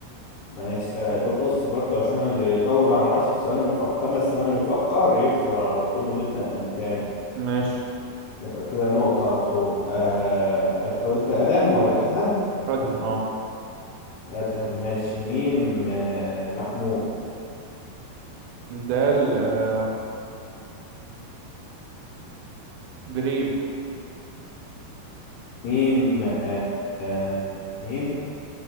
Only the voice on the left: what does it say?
ماشي آه، بص برضه عشان اللي يطول عن عشر ثواني بيفكر خمس ثواني بيفكر يخسر على طول ونبدأ من تاني
يبقى كده نقطة على طول آه، انت قلت ادم ولا ادهم
ادهم ماشي ميم آه، محمود
ميم آه، آه، ميم